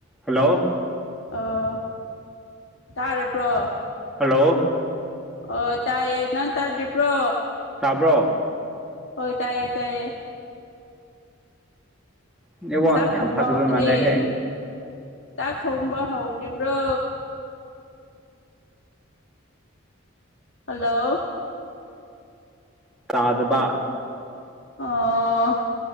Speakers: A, in the centre; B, on the left (about 65°).
A: hello
B: ꯑꯥ ꯇꯥꯔꯕ꯭ꯔꯣ
A: hello
B: ꯑꯣ ꯇꯥꯏꯌꯦ ꯅꯪ ꯇꯥꯗ꯭ꯔꯤꯕ꯭ꯔꯣ
A: ꯇꯥꯕ꯭ꯔꯣ
B: ꯍꯣꯏ ꯇꯥꯏꯌꯦ ꯇꯥꯏꯌꯦ
A: ꯅꯦꯠꯋꯥꯛ
B: ꯆꯥꯛ
A: ꯌꯥꯝ
B: ꯊꯣꯡꯕ
A: ꯐꯗꯕ
B: ꯍꯧꯗ꯭ꯔꯤ
A: ꯃꯥꯜꯂꯦꯍꯦ
B: ꯆꯥꯛ ꯊꯣꯡꯕ ꯍꯧꯗ꯭ꯔꯤꯕ꯭ꯔꯣ ꯍꯜꯂꯣ
A: ꯇꯥꯗꯕ
B: ꯑꯣ